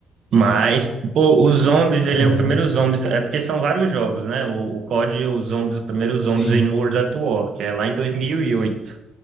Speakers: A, on the right; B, on the left.
A: Mas, pô, os zombies, ele
B: É mais,
A: é o primeiro
B: né?
A: zombies. É porque são vários jogos, né? O, o COD, os zombies, o primeiro zombies
B: Sim.
A: vem no World at War, que é lá em 2008.